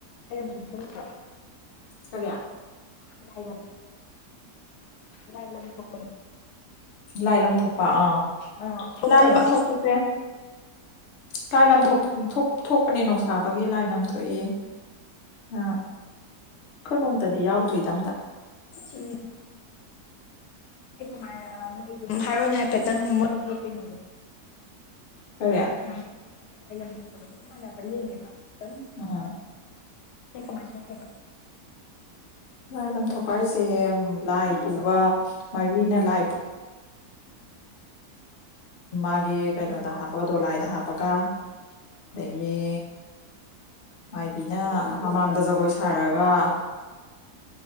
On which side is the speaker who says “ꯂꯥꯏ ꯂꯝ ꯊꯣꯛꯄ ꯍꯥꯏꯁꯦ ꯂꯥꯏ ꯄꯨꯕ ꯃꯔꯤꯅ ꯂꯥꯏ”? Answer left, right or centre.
Left